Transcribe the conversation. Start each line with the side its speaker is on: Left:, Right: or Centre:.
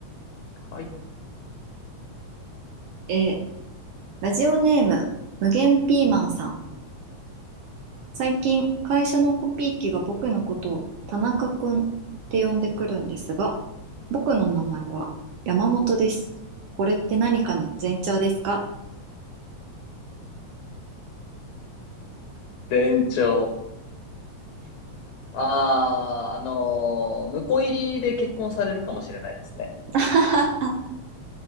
Left: はい。
Right: えー、ラジオネーム、無限ピーマンさん。最近、会社のコピー機が僕のことを田中くんって呼んでくるんですが、僕の名前は山本です。これって何かの前兆ですか
Left: 店長。ああ、あのー、婿入りで結婚されるかもしれないですね。
Right: <laughs>